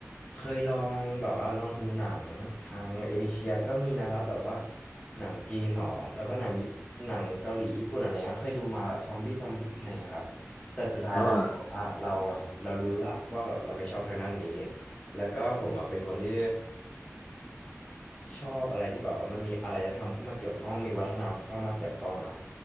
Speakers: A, on the left; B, on the left.
A: เคยลองแบบว่าลองดูหนังทางเอเชียก็มีนะครับแบบว่าหนังจีนหรอแล้วก็หนังญี่ปุ่นหนังเกาหลีญี่ปุ่นอะไรเงี้ยเคยดูมาแบบซอมบี้ซอมบี้อะไรเงี้ยครับแต่สุดท้ายแล้วบอกว่าเราอะเรารู้ละว่าแบบเราไม่ชอบทางด้านนี้
B: อ่า
A: แล้วก็ผมอ่ะเป็นคนที่ ชอบอะไรที่แบบว่ามันมีอารยธรรมเข้ามาเกี่ยวข้องมีวัฒนธรรมเข้ามาเกี่ยวข้องครับ